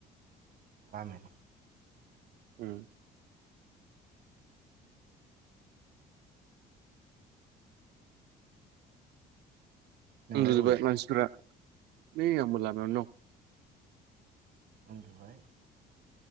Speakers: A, on the right; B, on the right.
A: बामने
B: उम
A: नोंलाय
B: उन्दुजोब्बाय
A: अबाव दं
B: मानसिफोरा नै आंबो लामायावनो दं।
A: उन्दुबाय।